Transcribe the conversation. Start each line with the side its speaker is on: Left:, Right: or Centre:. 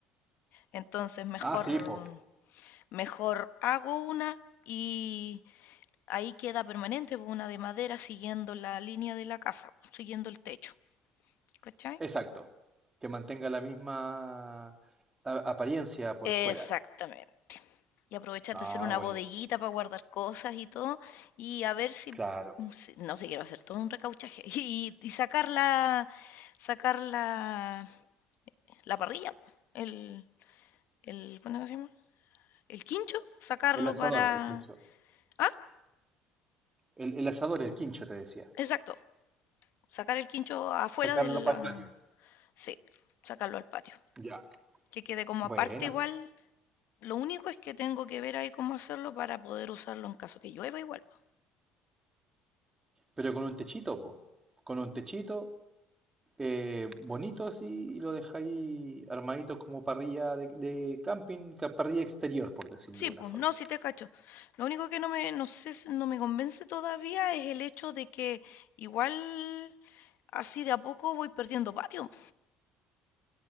Left: Entonces, mejor,
Right: Ah, sí, po.
Left: mejor hago una y ahí queda permanente pues, una de madera siguiendo la línea de la casa, siguiendo el techo. ¿Cachai?
Right: Exacto. Que mantenga la misma a- apariencia por
Left: Exactamente.
Right: fuera.
Left: y aprovechar
Right: Ah,
Left: de hacer una
Right: buenísimo.
Left: bodeguita para guardar cosas y todo, y a ver si,
Right: Claro.
Left: si- no sé, quiero hacer todo un recauchaje <laughs> y, y sacar la, sacar la, la parrilla, el, el, ¿cómo se llama? El quincho, sacarlo
Right: El asador,
Left: para,
Right: el quincho.
Left: ah,
Right: El, el asador, el quincho, te decía.
Left: exacto, sacar el quincho afuera
Right: Sacarlo
Left: de la,
Right: para el patio.
Left: sí, sacarlo al patio,
Right: Ya.
Left: que quede como
Right: Buena.
Left: aparte igual. Lo único es que tengo que ver ahí cómo hacerlo para poder usarlo en caso que llueva igual.
Right: Pero con un techito, po. Con un techito eh, bonito así y lo dejáis armadito como parrilla de, de camping, ca- parrilla exterior, por decirlo
Left: Sí,
Right: de
Left: pues,
Right: una forma.
Left: no, sí te cacho. Lo único que no me, no sé, si- no me convence todavía es el hecho de que igual así de a poco voy perdiendo patio.